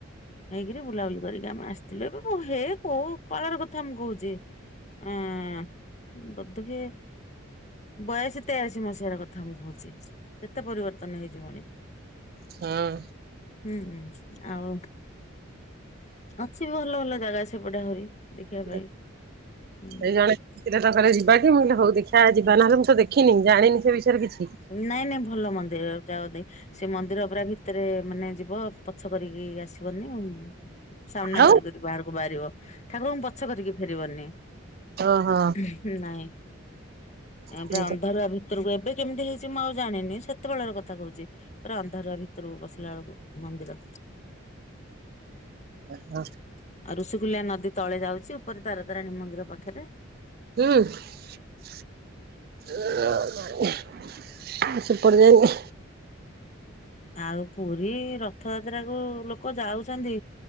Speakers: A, on the left (about 35°); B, on the right (about 45°).
A: ହେଇକିରି ବୁଲାବୁଲି କରିକି ଆମେ ଆସିଥିଲୁ। ମୁଁ ହେ କହୁ କଳାର କଥା ମୁଁ କହୁଛି। ହଁ ବୋଧେ। ବାୟାଳିଶ୍ ତେୟାଳିଶି ମସିହାର କଥା ମୁଁ କହୁଛି। କେତେ ପରିବର୍ତ୍ତନ ହେଇଯିବଣି <inaudible>
B: ହଁ
A: ହୁଁ ହୁଁ। ଆଉ <inaudible> ଅଛି ବି ଭଲ ଭଲ ଜାଗା ସେପଟେ ଆହୁରି। ଦେଖିବା
B: <inaudible>
A: ପାଇଁ ହୁଁ
B: ସେଇ ଜଣେ ତାପରେ ଯିବା କି ମୁଁ କହିଲି ହଉ ଦେଖିଆ। ଆ ଯିବା ନହେଲେ ମୁଁ ତ ଦେଖିନି ଜାଣିନି ସେ ବିଷୟରେ। କିଛି
A: ନାଇଁ ନାଇଁ ଭଲ ମନ୍ଦିର ଯାଅ ଦେଖ ସେ ମନ୍ଦିର ପୁରା ଭିତରେ ମାନେ ଯିବ ପଛ କରିକି ଆସିବନି ଆଉ। ସାମ୍ନା
B: ଆଉ
A: କରି କରି ବାହାରକୁ ବାହାରିବ ଠାକୁରଙ୍କୁ ପଛ କରିକି ଫେରିବନି।
B: ଓହୋ
A: <inaudible> ନାଇଁ।
B: ହୁଁ
A: ପୁରା ଅନ୍ଧାରୁଆ ଭିତରକୁ ଏବେ କେମିତି ହେଇଛି ମୁଁ ଆଉ ଜାଣିନି ସେତେବେଳର କଥା କହୁଛି। ପୁରା ଅନ୍ଧାରୁଆ ଭିତର କୁ ପଶିଲା ବେଳ କୁ ମନ୍ଦିର।
B: ହ।
A: ଋଷିକୂଲ୍ୟା ନଦୀ ତଳେ ଯାଉଛି ଉପରେ ତାର ତାରାଣୀ ମନ୍ଦିର ପାଖରେ।
B: ହୁଁ। <unintelligible> ସେପଟେ ଯାଇନି।
A: ଆଉ ପୁରୀ ରଥଯାତ୍ରା କୁ ଲୋକ ଯାଉଛନ୍ତି